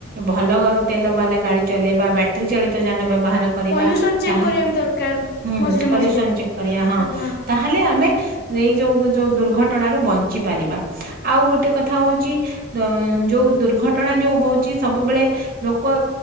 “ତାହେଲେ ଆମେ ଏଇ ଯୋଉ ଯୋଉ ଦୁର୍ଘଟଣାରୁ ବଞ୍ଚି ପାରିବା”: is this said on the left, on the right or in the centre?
Right